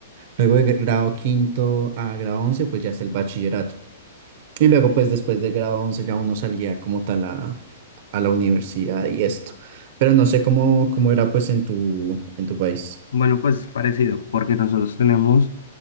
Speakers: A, on the right (about 50°); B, on the left (about 85°).
A: Luego de gr- grado quinto a grado once, pues ya es el bachillerato. Y luego, pues después de grado once ya uno salía como tal a, a la universidad y esto. Pero no sé cómo, cómo era pues en tu, en tu país.
B: Bueno, pues es parecido porque nosotros tenemos,